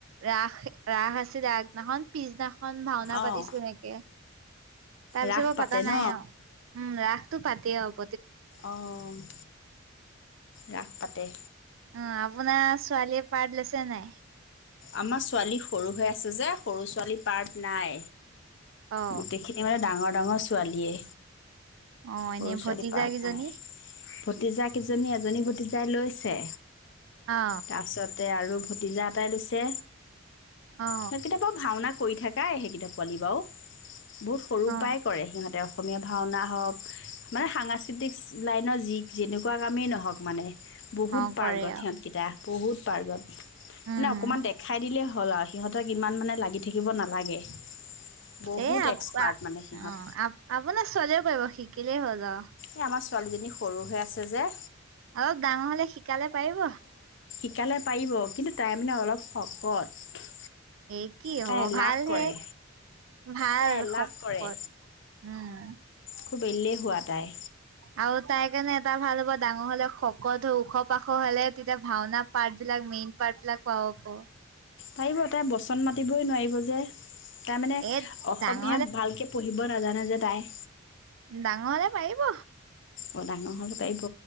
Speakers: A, on the right; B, on the left.
A: ৰাস ৰাস আছিল আগদিনাখন, পিছদিনা খন ভাওনা
B: অঁ
A: পাতিছো সেনেকে তাৰ
B: ৰাস
A: পিছত ব
B: পাতে
A: পতা
B: ন
A: নাই আৰু উম ৰাসতটো পা অ
B: অঁ- ৰাস পাতে
A: অ আপোনাৰ ছোৱালীয়ে পাৰ লৈছে নাই
B: আমাৰ ছোৱালী সৰু হৈ আছে যে সৰু ছোৱালী পাৰ্ট নাই
A: অ
B: গোটেইখিনি মানে ডাঙৰ ৰঙা ছোৱালীয়ে
A: অ
B: সৰু
A: এনেই
B: ছোৱালী
A: ভতিজা
B: পাৰ্ট
A: কেইজনী
B: নাই। ভতিজা কিজানি এজনী ভতিজাই লৈছে
A: অ
B: তাৰপাছতে আৰু ভতিজা এটাই লৈছে।
A: অ
B: সেই কেতিয়াবা ভওনা। কৰি থাকাই সেই কিতাপ পোৱালি বাৰু বহুত সৰুৰ
A: অ
B: পৰাায় কৰে সিহঁতে। অসমীয়া ভাওনা হওক মানে সাংস্কৃতিক লাইনৰ যি যেনেকুৱা কামেই নহওক মানে। বহুত
A: অ
B: পাৰ্গত
A: কৰে আৰু
B: সিহঁতকেইটা বহুত পাৰ্গত
A: উম
B: মানে অকমান দেখাই দিলে হ'ল আহ সিহঁতক ইমান মানে লাগি থাকিব নালাগে। বহুত
A: এ আ
B: এক্সপাৰ্ট
A: অ আপোনাৰ
B: মানে সিহঁত
A: ছোৱালীয়েও পাৰিব শিক কেলে হ যা
B: এই আমাৰ ছোৱালীজনী সৰু হৈ আছে যে,
A: অ ডাঙৰ হলে শিক কালে পাৰিব।
B: সিকালে পাৰিব কিন্তু তাই মানে অলপ শকত।
A: এই কি
B: তাই
A: হ'ব
B: এলাহ
A: ভাল
B: কৰে
A: হে ভাল
B: তাই এলাহ
A: খকৰ।
B: কৰে
A: উম।
B: খুব এলেহোৱা তাই।
A: আৰু তাই কাৰণে এটা ভাল হ'ব ডাঙৰ হলে শকত হৈ ওখ পাখ হলে তেতিয়া ভাওনা পাৰ্ট বিলাক মেইন পাৰ্ট বিলাক পাব হাব মানে।
B: পাৰিব তাই বচন মাতিবই নোৱাৰিব যে। তাৰ মানে
A: এ
B: অসমীয়া
A: ডাঙৰ
B: ভালকে পঢ়িব নাজানে যে তাই।
A: ডাঙৰলে পাৰিব।
B: অ ডাঙৰ হ'লে পাৰিব